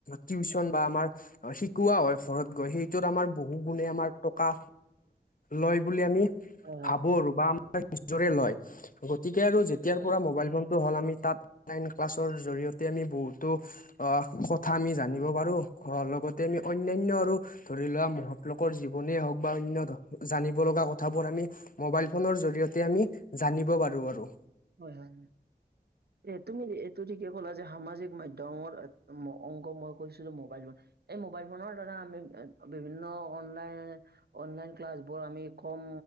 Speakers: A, on the left (about 55°); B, on the right (about 70°).
A: টিউশচন বা আমাৰ শিকোৱা হয় ঘৰত গৈ, সেইটোত আমাৰ বহু গুণে আমাৰ টকা লয় বুলি আমি
B: অ'।
A: ভাবো আৰু বা আমাৰ নিজৰে লয়, গতিকে আৰু যেতিয়াৰ
B: হয়
A: পৰা মোবাইল ফোনটো হ'ল আমি তাত অনলাইন ক্লাছৰ জৰিয়তে আমি বহুতো কথা আমি জানিব পাৰোঁ লগতে আমি অন্যান্য আৰু ধৰি লোৱা মহত লোকৰ জীৱনে হওক বা অন্য জানিব লগা কথাবোৰ আমি মবাইল ফোনৰ জৰিয়তে আমি জানিব পাৰো আৰু।
B: হয় হয়। এ তুমি এইটো ঠিকে কলা যে সামাজিক মধ্যমৰ অংগ মই কৈছিলো মোবাইল ফ এই মোবাইল ফোনৰ দ্বাৰা আমি বিভিন্ন অনলাইন অনলাইন ক্লাছ বোৰ আমি কম